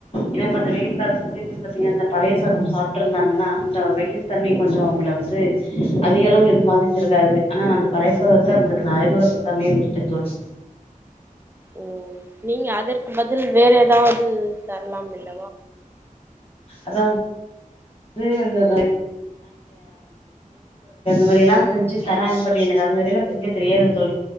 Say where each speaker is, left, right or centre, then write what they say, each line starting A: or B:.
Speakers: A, on the left (about 45°); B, on the right (about 15°).
A: என்னப்பா இந்த வெயில் காலத்துக்கு பாத்தீங்கனா இந்த பழைய சாதம் சாப்ட்டுருந்தாங்கன்னா இந்த வெயில் தன்மை கொஞ்சம்
B: ம்
A: அவுங்கள வந்து அதிகளவு இது மாதிச்சிருக்காது, ஆனா நான் அந்த பழயசாத்த உங்களுக்கு நா அறிமுகப்படுத்தாமலையே விட்டுட்டேன் தோழி
B: ஒ நீங்க அதற்கு பதில் வேற அதாவது தரலாம் இல்ல
A: அதாவது <unintelligible> அந்த மாரில்லா
B: ம்
A: செஞ்ஜி தராங் எனக்கு அது மாரில்லாம் செஞ்சி தெரியாது தோழி,